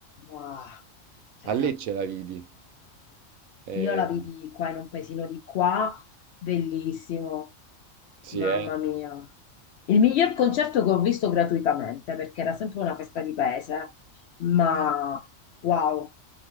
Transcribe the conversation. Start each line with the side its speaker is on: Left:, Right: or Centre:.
Left: ma c'era.
Right: A Lecce la vidi. Eh,
Left: Io la vidi qua in un paesino di qua, bellissimo,
Right: sì,
Left: mamma
Right: eh.
Left: mia. Il miglior concerto che ho visto gratuitamente, perché era sempre una festa di paese, ma wow,